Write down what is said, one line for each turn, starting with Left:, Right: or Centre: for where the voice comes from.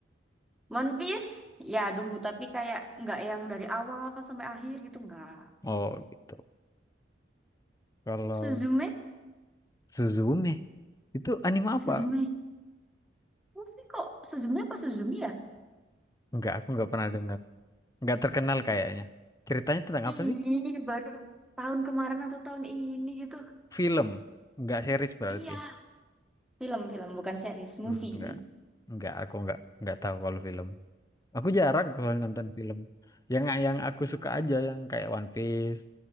Centre: One Piece, ya dulu. Tapi kayak nggak yang dari awal sampai akhir gitu, nggak.
Left: Oh gitu. Kalau
Centre: Suzume?
Left: Suzume. Itu anime
Centre: Suzume?
Left: apa?
Centre: Tapi kok Suzumi apa Suzumi ya?
Left: Enggak, aku enggak pernah dengar. Enggak terkenal kayaknya. Ceritanya tentang
Centre: Ih,
Left: apa sih?
Centre: baru tahun kemarin atau tahun ini gitu.
Left: Film. Enggak series berarti.
Centre: Iya, film-film bukan series,
Left: Hmm,
Centre: movie.
Left: enggak. Enggak, aku enggak enggak tahu kalau film. Aku jarang kalau nonton film. Yang yang aku suka aja yang kayak One Piece,